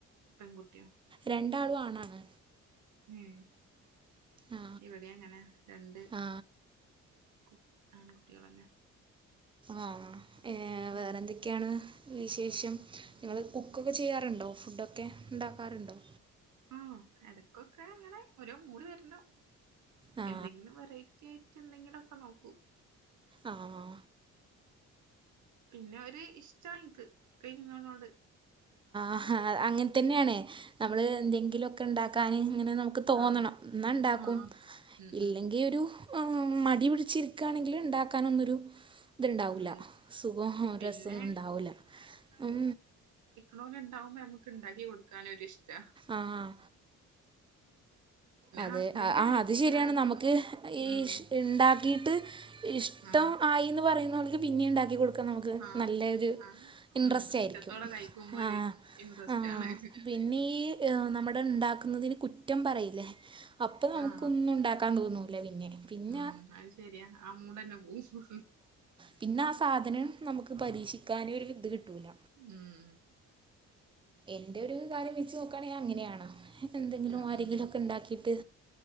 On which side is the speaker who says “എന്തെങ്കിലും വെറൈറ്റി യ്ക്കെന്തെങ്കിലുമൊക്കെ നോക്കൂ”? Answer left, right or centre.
Right